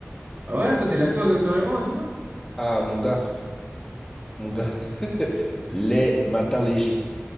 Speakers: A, on the right; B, on the left.
A: Ah ouais, toi, t'es lactose intolérant et tout ça?
B: Ah, mon gars, mon gars. <laughs>
A: C'est-
B: Les matins légers.